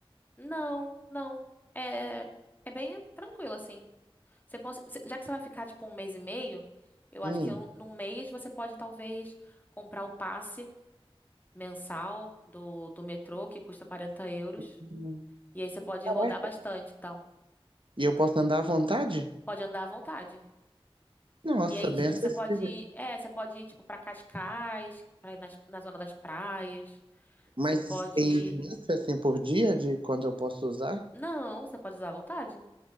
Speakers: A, on the left; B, on the right.
A: Não, não. É, é bem tranquilo, assim. Você pode, você- já que você vai ficar, tipo, um mês e meio, eu acho
B: Hum.
A: que um- num mês você pode, talvez, comprar o passe mensal do, do metrô, que custa quarenta euros.
B: Hum.
A: E aí você pode
B: Caraca.
A: rodar bastante, então.
B: E eu posso andar à vontade?
A: Pode andar à vontade.
B: Nossa,
A: E aí, tipo,
B: bem acessível.
A: você pode ir, é, você pode ir, tipo, pra Cascais, pra ir nas- na zona das praias.
B: Mas
A: Você pode.
B: tem limite assim por dia de quando eu posso usar?
A: Não, você pode usar à vontade.